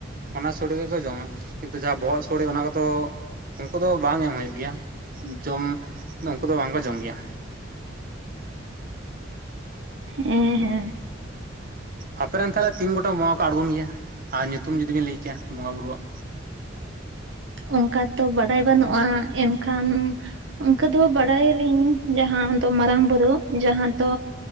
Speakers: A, on the right (about 50°); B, on the right (about 75°).
A: ᱚᱱᱟ ᱥᱚᱲᱮ ᱜᱮᱠᱚ ᱡᱚᱢᱟ ᱠᱤᱱᱛᱩ ᱡᱟᱦᱟᱸ ᱵᱚᱦᱚᱜ ᱥᱚᱲᱮ ᱚᱱᱟ ᱠᱚᱫᱚ ᱩᱱᱠᱩ ᱫᱚ ᱵᱟᱝ ᱮᱢ ᱦᱩᱭᱩᱜ ᱜᱮᱭᱟ᱾ ᱡᱚᱢ ᱩᱱᱠᱩ ᱫᱚ ᱵᱟᱝᱠᱚ ᱡᱚᱢ ᱜᱮᱭᱟ᱾
B: ᱦᱮᱸ ᱦᱮᱸ
A: ᱟᱯᱮ ᱨᱮᱱ ᱛᱟᱦᱚᱞᱮ ᱛᱤᱱ ᱜᱚᱴᱟᱝ ᱵᱚᱸᱜᱟ ᱠᱚ ᱟᱬᱜᱚᱱ ᱜᱮᱭᱟ, ᱟᱨ ᱧᱩᱛᱩᱢ ᱡᱩᱫᱤ ᱵᱮᱱ ᱞᱟᱹᱭ ᱠᱮᱭᱟ ᱵᱚᱸᱜᱟ ᱵᱩᱨᱩᱣᱟᱜ?
B: ᱚᱱᱠᱟ ᱛᱚ ᱵᱟᱰᱟᱭ ᱵᱟᱹᱱᱩᱜᱼᱟ ᱮᱱᱠᱷᱟᱱ ᱚᱱᱠᱟ ᱫᱚ ᱵᱟᱲᱟᱭᱟᱞᱤᱧ ᱡᱟᱦᱟᱸ ᱫᱚ ᱢᱟᱨᱟᱝ ᱵᱩᱨᱩ ᱡᱟᱦᱟᱸ ᱫᱚ